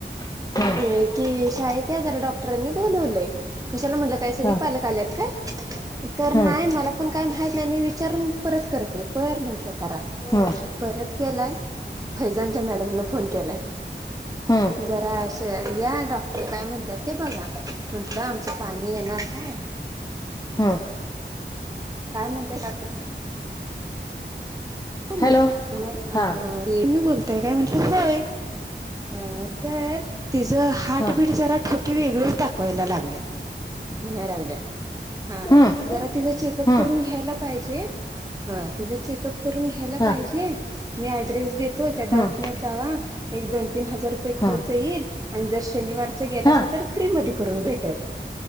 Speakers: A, on the left; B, on the right.
A: हम्म
B: अ की शाळेत या जरा डॉक्टरांनी बोलवलंय. कशाला म्हटलं काय सगळी
A: हा
B: पालक आल्यात काय. तर
A: हम्म
B: न्हाय मला पण काय माहित न्हाय मी विचारून परत करते पर म्हंटलं करा.
A: हां
B: परत केलाय, फैजानच्या मॅडमनं फोन केलाय.
A: हम्म
B: जरा अंस या डॉक्टर काय म्हणत्यात ते बघा. म्हणटल आमचं पाणी येणार हाय,
A: हा
B: काय म्हणतेय ण
A: हॅलो
B: दिला अ
A: हा
B: तुमी बोलताय काय म्हटलं होय अ तर, तिचं हार्टबीट
A: हा
B: जरा ठोकीे वेगळेच दाखवायला लागलेत. म्हणायलागल्या हा
A: हम्म
B: जरा तिचा चेकअप
A: हम्म
B: करून घ्यायला पाहिजे. हा तिचां चेकअप करून घ्यायला पाहिजे
A: हा
B: मी ऍड्रेस देतो त्या दवाखान्यात
A: हम्म
B: जावा एक दोन तीन हजार रुपये खर्च
A: हम्म
B: येईल आणि जर शनिवारच गेलासा
A: हा
B: तर फ्री मधी करून भेटल